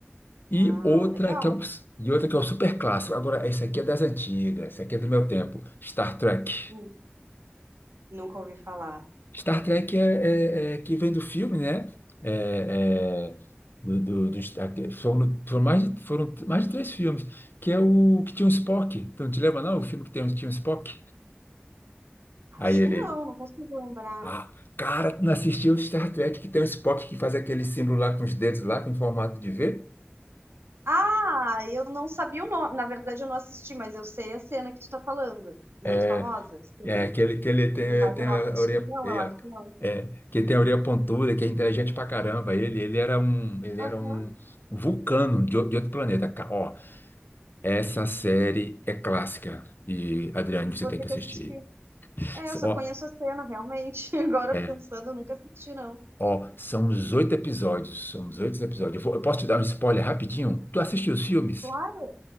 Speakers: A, on the left; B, on the right.
A: E
B: Ah,
A: outra
B: legal.
A: que é um, e outra que é um super clássico. Agora, esse aqui é das antigas, esse aqui é do meu tempo. Star Trek.
B: Hum, Nunca ouvi falar.
A: Star Trek é, é- é que vem do filme, né? É, é, do, do, do Star- que foram, foram mais de, foram mais de três filmes, que é o que tinha o Spock. Então, te lembra, não? O filme que tem, tinha o Spock? Aí
B: Acho
A: ele,
B: que não, não consigo lembrar.
A: ah, cara, tu não assistiu o Star Trek que tem o Spock que faz aquele símbolo lá com os dedos lá, com formato de V?
B: Ah, eu não sabia o nome. Na verdade, eu não assisti, mas eu sei a cena que tu tá falando. Muito
A: É,
B: famosa, sim.
A: é que ele, que ele tem,
B: Mas
A: tem
B: eu não
A: a
B: assisti,
A: orelha,
B: não,
A: é,
B: eu acho que não.
A: é, que ele tem a orelha pontuda, que é inteligente pra caramba. Ele, ele era um, ele
B: Aham,
A: era um um vulcano de, o- de outro planeta. Ca- Ó, Essa série é clássica e, Adriane, você
B: vou
A: tem
B: ter
A: que
B: que
A: assistir.
B: assistir. É,
A: S-
B: eu só
A: Ó,
B: conheço a cena, realmente. <laughs> Agora
A: é,
B: pensando, eu nunca assisti, não.
A: ó, são os oito episódios, são os oito episódios. Eu, vou- eu posso te dar um spoiler rapidinho? Tu assistiu os filmes?
B: Claro.